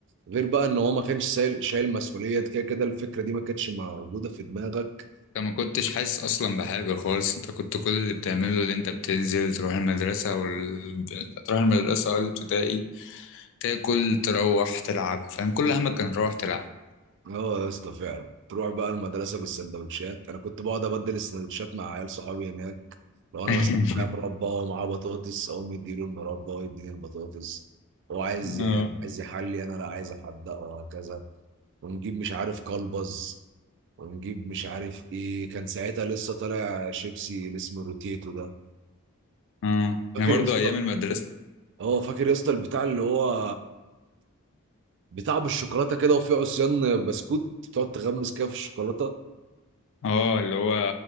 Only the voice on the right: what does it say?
غير بقى ان هو ما كانش شايل شايل مسؤولية أنت كده كده الفكرة دي ما كانتش موجودة في دماغك
اه يا اسطى فعلا تروح بقى المدرسة بالسندوتشات انا كنت بقعد ابدل السندوتشات مع عيال صحابي هناك لو انا
مثلا معايا مربى ومعاه بطاطس اقوم يديله المربى ويديني البطاطس هو عايز
ي- عايز يحلي انا لا عايز احدق وهكذا ونجيب مش عارف كلبز ونجيب مش عارف ايه كان ساعتها لسه طالع شيبسي اللي اسمه روتيتو ده
فاكر
يا اسطى
اه فاكر يا اسطى البتاع اللي هو بتاع بالشوكولاته كده وفيه عصيان بسكوت بتقعد تغمس كده في الشوكولاته